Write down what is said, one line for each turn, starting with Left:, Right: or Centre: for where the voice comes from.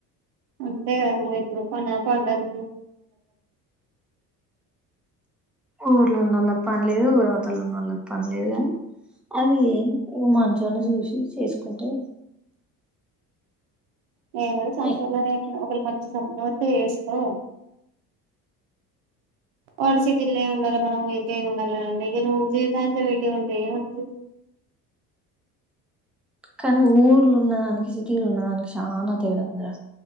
Right: అంతే కదా మరి ఇప్పుడు పనా పాడాల
Centre: ఊర్లో ఉన్నళ్ పని లేదు ఊరావతలు ఉన్న వాళ్ళ పని లేదు అది ఏం మంచిగానే చూసి చేసుకుంటే
Right: నేను కూడా చాలా
Centre: అయిపోద్ది
Right: సార్లు చెప్పినా ఒకవేళ మంచి సంబంధం వస్తే చేసుకో వాళ్ళు సిటీల్లో ఉండాలి మనం ఏయిట ఉండాలి అంటే ఇ నువ్వు జీవితాంతం ఇటే ఉంటే ఏమోస్తాది
Centre: కానీ ఊర్లు ఉన్నదానికి సిటీలు ఉన్నదానికి చాలా తేడా ఉందిరా